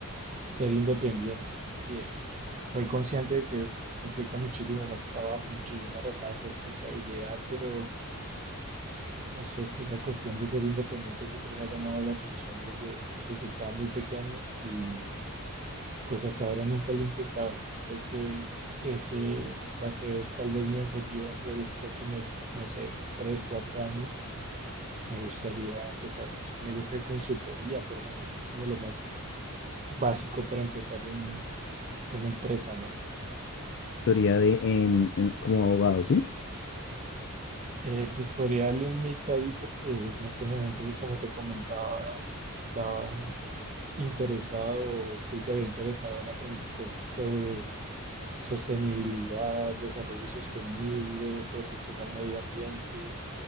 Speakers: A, on the right; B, on the left.
A: ser independiente. Y eh, soy consciente de que es- implica muchísimo más trabajo, muchísima re- más responsabilidad, pero eh, no sé, esa cuestión de ser independiente siempre me ha llamado la atención desde, desde que estaba muy pequeño y pues hasta ahora nunca lo he intentado. Creo que ese va a ser tal vez mi objetivo dentro de los próximos, no sé, tres, cuatro años. Me gustaría empezar, no sé, un negocio de consultoría, por ejemplo, que es como lo más básico para empezar un- una empresa, ¿no?
B: Teoría de en, en- como abogado, ¿sí?
A: Eh, pues podría darle un mix ahí porque en este momento, pues como te comentaba, estaba interesado o estoy todavía interesado en aprender cosas sobre sostenibilidad, desarrollo sostenible, protección al medio ambiente.